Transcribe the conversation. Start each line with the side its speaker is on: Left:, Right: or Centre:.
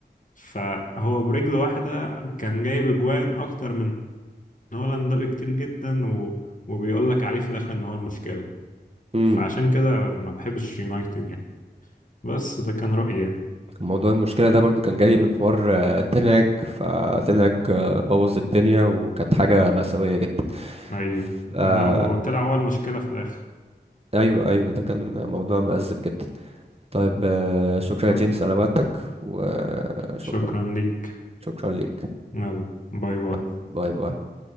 Left: فهو برجل واحدة كان جايب أجوان أكتر من هولاند ده بكتير جدا و... وبيقول لك عليه في الآخر إن هو المشكلة
Right: مم.
Left: فعشان كده ما بحبش يونايتد يعني بس ده كان رأيي يعني
Right: موضوع المشكلة ده برضو كان جاي من حوار آه، تنهج فتنهج آه، بوظ الدنيا وكانت حاجة مأساوية جدا
Left: أيوه
Right: ف- آه،
Left: لا وطلع هو المشكلة في الآخر
Right: أيوة أيوة ده كان موضوع مأزم جدا طيب آه، شكرا
Left: طيب
Right: يا جيمس على وقتك وشكرا
Left: شكرا ليك
Right: شكرا ليك
Left: يلا باي باي
Right: باي باي باي.